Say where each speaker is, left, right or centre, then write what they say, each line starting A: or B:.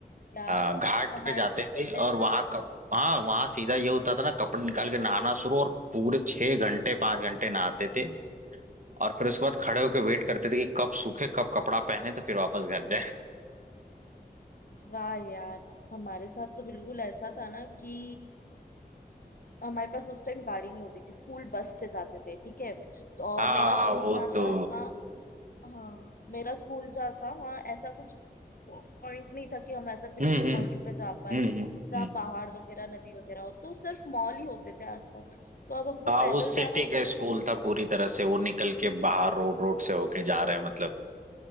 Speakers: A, on the left; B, on the right.
A: यार
B: आ, घाट
A: हमारे
B: पे जाते
A: साथ तो
B: थे
A: ऐसा
B: और वहां
A: था ना
B: कप हाँ वहां सीधा ये होता था ना कपड़े निकाल के नहाना शुरू और पूरे छह घंटे पांच घंटे नहाते थे और फिर उसके बाद खड़े होके वेट करते थे कि कब सूखे कब कपड़ा पहने तो फिर वापस घर जाए
A: वाह यार हमारे साथ तो बिल्कुल ऐसा था ना कि हमारे पास उस टाइम गाड़ी नहीं होती थी स्कूल बस से जाते थे ठीक है तो
B: <laughs>
A: और
B: हाँ
A: मेरा स्कूल
B: वो
A: जहाँ
B: तो
A: था वहाँ हाँ मेरा स्कूल जहाँ था वहाँ ऐसा कुछ पॉइंट नहीं था कि हम ऐसा पिकनिक
B: हम्म हम्म
A: पॉइंट पे जा पाए
B: हम्म हम्म
A: जहाँ
B: हम्म।
A: पहाड़ वगैरह नदी वगैरह हो तो सिर्फ मॉल ही होते थे आसपास तो अब हमको
B: हाँ
A: पैदल
B: वो सिटी
A: जाना होता
B: के
A: था
B: स्कूल
A: पंकज
B: था पूरी तरह से वो निकल के बाहर रोड रोड से होके जा रहे हैं मतलब